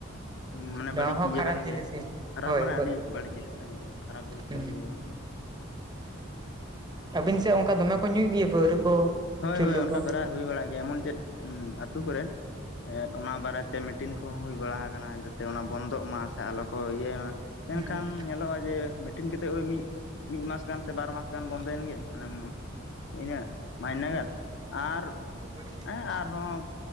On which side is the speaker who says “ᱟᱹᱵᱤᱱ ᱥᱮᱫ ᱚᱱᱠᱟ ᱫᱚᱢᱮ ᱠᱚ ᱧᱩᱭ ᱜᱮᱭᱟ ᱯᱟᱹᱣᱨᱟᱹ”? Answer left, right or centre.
Right